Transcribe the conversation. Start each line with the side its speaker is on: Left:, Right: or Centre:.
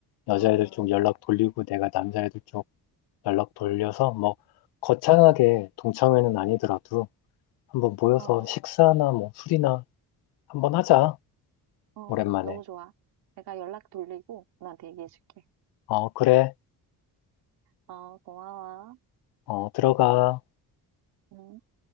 Left: 여자애들
Right: 어,
Left: 쪽 연락 돌리고 내가 남자애들 쪽 연락 돌려서 뭐 거창하게 동창회는 아니더라도 한번 모여서
Right: 어,
Left: 식사나 뭐 술이나 한번 하자.
Right: 어,
Left: 오랜만에.
Right: 너무 좋아. 내가 연락 돌리고 너한테 얘기해줄게.
Left: 어, 그래.
Right: 어, 고마워.
Left: 어, 들어가.
Right: 응